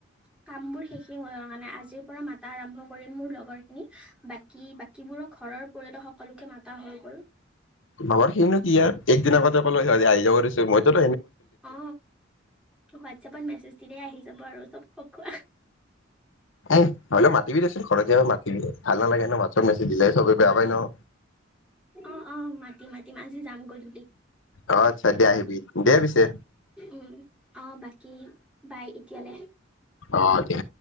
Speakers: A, in the centre; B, on the left (about 75°).
A: কামবোৰ শেষে হৈ অ মানে আজিৰ পৰা মাতা আৰম্ভ কৰিম মোৰ লগৰখিনি। বাকী বাকীবোৰৰ ঘৰৰ পৰিয়ালৰ সকলোকে মাতা হৈ গ'ল।
B: লগৰখিনি নো কি আৰু একদিন আগত কলে সিহঁতে আহি যাব দেচোন, মইটো
A: অ হোৱাটছাপত মেছেজ দিলেই আহি যাব আৰু চব খকোৱা। <inaudible>
B: এ হলে মাতিবি দি দেচোন ঘৰতে মাতি ভাল নালাগে ন মাছত মেচি দিলে চবে বেয়া পায় ন।
A: অ অ মাতিম মাতিম আজি যাম গধূলি।
B: অ আচ্ছা দে আহিবি দে পিছে
A: উম অ বাকী বাই ইত কেনে
B: অ দে